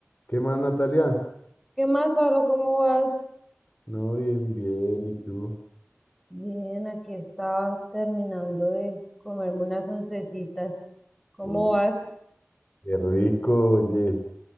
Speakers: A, on the left; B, in the centre.
A: ¿Qué más, Natalia?
B: ¿Qué más, Pablo? ¿Cómo vas?
A: No, bien, bien. ¿Y tú?
B: Bien, aquí estaba terminando de comerme unas oncecitas. ¿Cómo
A: Uy,
B: vas?
A: qué rico, oye.